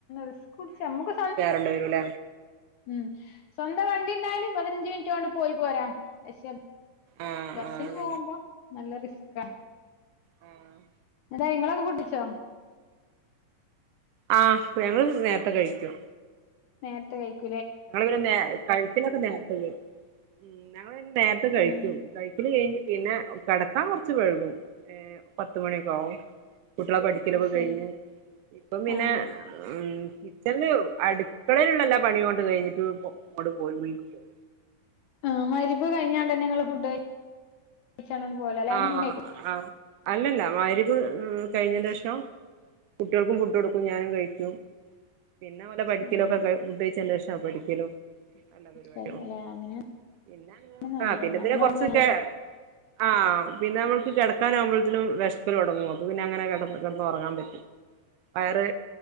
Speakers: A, on the left (about 70°); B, on the right (about 75°).
A: റിസ്ക് പുടിച്ച് മക്ക്
B: ണ്ട വരൂല
A: ഉം സ്വന്ത വണ്ടി ഉണ്ടായല് പതിനഞ്ച് മിനി ണ്ട് പോയി പോരാ ശെ
B: ആഹ്
A: ബസിന്
B: ആഹ് അങ്ങനെ
A: പോകുമ്പോ നല്ല റിസ്ക ആ
B: ആഹ്
A: അതാ ഇങ്ങളൊ കുട്ടി ച്ചോ
B: ആഹ് ഞങ്ങള് നേരത്തെ കഴിക്കും
A: നേരത്തെ കഴി
B: ഞങ്ങ പിന്ന നേ കഴിക്കിലൊക്കെ നേരത്തെ ഉ ഞങ്ങന്നെ നേരത്തെ കഴിക്കും
A: ഉം
B: കഴിക്കൽ കഴിഞ്ഞ പിന്നെ കിടക്കാൻ കൊറച്ച് വെഴ്കും ഏ പത്തുമണിയൊക്കെ ആകും കുട്ടികളെ പഠിക്കലൊക്കെ
A: അത് ശരി
B: കഴിഞ്ഞ് ഇപ്പം പിന്നെ
A: ആഹ്
B: എ കിച്ചണ അടുക്കളയിലള്ളല്ലോ പണിണ്ട് അ കഴിഞ്ഞിട്ട് അങ്ങോട്ട് പോകും ഉള്ളില്ക്ക് പോകും
A: ആ മരിപ്പ് കഴിഞ്ഞാണ്ട്ന്നെ ങ്ങള് ഫുഡ് കഴ <unintelligible> അയിന്റെ
B: ആഹ്
A: മുന്നേക്കൊ
B: ആഹ് അല്ലല്ല മഗ്രിബ് കഴിഞേന്റെ ശേഷം കുട്ടികൾക്കും ഫുഡ് കൊടുക്കും ഞാനും കഴിക്കും പിന്നെ ഓലെ പഠിക്കലൊക്കെ
A: അങ്ങനെ
B: ഫുഡ്‌ കഴിച്ചെന്റെഷാ പഠി ക്കലും എല്ല പരിപാടികളും
A: കഴിഞ്ഞല്ലേ അങ്ങനെയാണ്
B: പിന്നെ
A: നല്ലത്
B: ആ പിന്നെ
A: എന്നാ
B: പിന്നെ കൊറച്ചൊക്കെ
A: ഓക്ക്
B: ആ പിന്നെ നമ്മക്ക് കെടക്കാനാമ്പോത്തിനും വെഷക്കൽ തൊടങ്ങും പിന്നെ അങ്ങനെ കെടന്നൊറങ്ങാൻ പറ്റും വയറ്